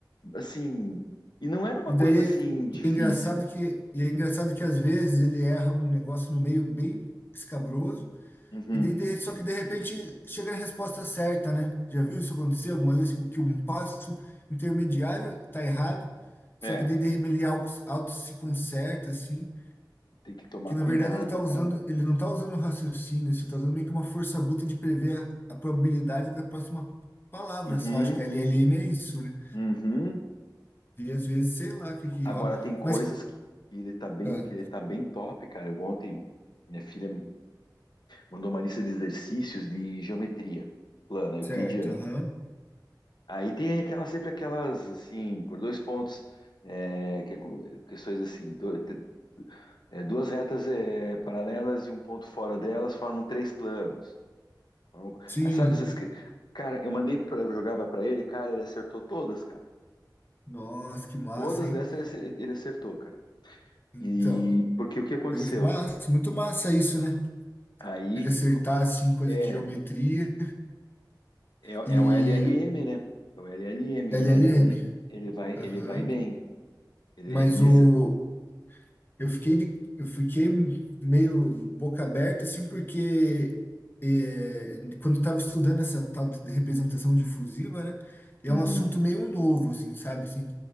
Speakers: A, on the left (about 70°); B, on the left (about 30°).
A: assim, e não era uma
B: E daí
A: coisa
B: é,
A: assim difícil.
B: e é engraçado que e é engraçado que às vezes ele erra um negócio no meio bem escabroso
A: Uhum.
B: e daí de- só que de repente chega na resposta certa, né? Já viu isso acontecer alguma vez? O que um passo intermediário tá errado, só
A: É,
B: que daí de repente ele auto, auto se conserta assim.
A: tem que tomar
B: que
A: cuidado,
B: na verdade ele tá
A: cara.
B: usando, ele não está usando raciocínio, assim, tá usando meio que uma força bruta de prever a, a probabilidade da próxima palavra
A: Uhum.
B: só. Acho que LLM é isso, né?
A: Uhum.
B: E às vezes, sei lá o que que
A: Agora
B: rola.
A: tem coisas
B: Mas,
A: que ele tá bem,
B: ah,
A: que ele tá bem top, cara. Eu ontem minha filha mandou uma lista de exercícios de geometria plana, euclidiana.
B: certo, aham.
A: Aí tem aquela sempre aquelas assim, por dois pontos, é, que- questões assim, do- te- é, duas retas é, paralelas e um ponto fora delas formam três planos. Formam-
B: Sim.
A: ah, sabe essas que... Cara, eu mandei para jogava para ele, cara, ele acertou todas, cara.
B: Nossa, que massa,
A: Todas
B: hein?
A: dessas ele ace- ele acertou, cara.
B: Então,
A: E porque o que aconteceu?
B: per- massa, muito massa isso, né?
A: Aí
B: Ele acertar, assim, coisa
A: é,
B: de geometria
A: é, é
B: e
A: o LLM, né? É o LLM,
B: LLM.
A: o LLM, ele vai, ele
B: Aham.
A: vai bem. Ele,
B: Mas
A: ele nesse...
B: o, Eu fiquei, de- eu fiquei meio boca aberta, assim, porque eh, quando eu estava estudando essa tal de representação difusiva, né, é
A: Uhum,
B: um assunto meio novo, assim, sabe, assim,